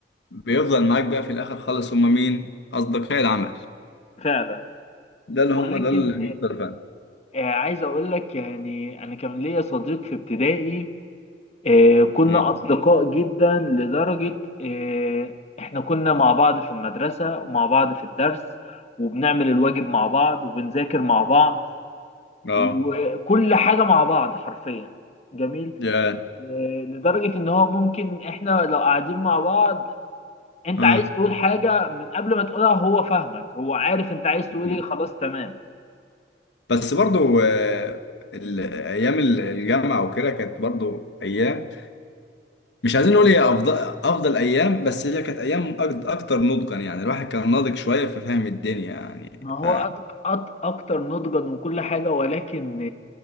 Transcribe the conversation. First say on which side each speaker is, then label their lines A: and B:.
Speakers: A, on the left; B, on the left.
A: بيفضل معاك بقى في الاخر خالص هم مين اصدقاء العمل
B: فعلا
A: ده اللي
B: ولكن
A: هم ده اللي بيفضل فعلا
B: آه، عايز أقول لك يعني أنا كان ليا صديق في ابتدائي آه، كنا
A: مم.
B: أصدقاء جدا لدرجة آه، إحنا كنا مع بعض في المدرسة ومع بعض في الدرس وبنعمل الواجب مع بعض وبنذاكر مع بعض
A: اه
B: وكل حاجة مع بعض حرفيا جميل
A: يا
B: آه، لدرجة إن هو ممكن إحنا لو قاعدين مع بعض أنت
A: اه
B: عايز تقول حاجة من قبل ما تقولها هو فاهمك هو عارف أنت عايز
A: مم.
B: تقول إيه خلاص تمام
A: بس برضو آه، ال- ايام ال- الجامعه وكده كانت برضو ايام مش عايزين نقول هي افضل افضل ايام بس هي كانت ايام أك- اكتر نضجا يعني الواحد كان ناضج شويه في فهم الدنيا يعني
B: ما هو
A: ف
B: أك- أك- أكتر نضجا من كل حاجة ولكن